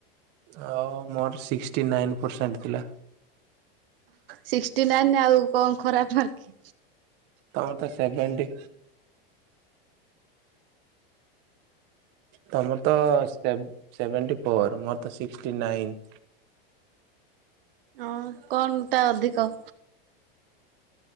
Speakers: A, on the right; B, on the right.
A: ହ ମୋର ସିକ୍ସଟି ନାଇନ୍ ପରସେଣ୍ଟ ଥିଲା।
B: ସିକ୍ସଟି ନାଇନ୍ ଆଉ କଣ ଖରାପ <unintelligible> କି
A: ତମେ ତ ସେଭେଣ୍ଟି ତମର ତ ସେ ସେଭେଣ୍ଟି ଫୋର୍ ମୋର ତ ସିକ୍ସିଟି ନାଇନ୍।
B: ହଁ କଣ ଟା ଅଧିକ?